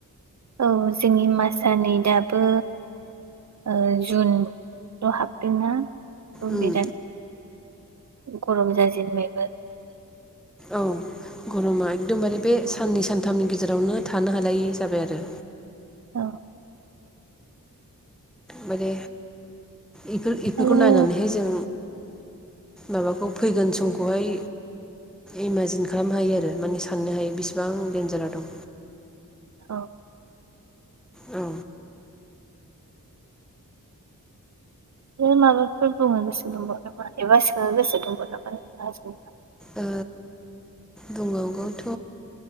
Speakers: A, on the right (about 50°); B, in the centre.
A: औ जोंनि मासानि दा थ' ओ जुन दा हाबदोंना औ
B: उम
A: बिराद गरम जाजेनबायबो।
B: औ गरमा एकदमबारे बे साननै सानथामनि गेजेरावनो थानो हालायै जाबाय आरो
A: औ।
B: बारे इफोर इफोरखौ
A: आरो
B: नायनानैहाय जों माबाखौ फैगोन समखौहाय इमाजिन खालामनो हायो आरो माने साननो हायो बिसिबां देनजाराव दं।
A: औ।
B: औ।
A: बे माबाफोर बुंनो गोसो दंबावो नामा एबा सोंनो गोसो दंबावो नामा नोंथाङा सोंनो हागोन।
B: ओ बुंबावगौथ'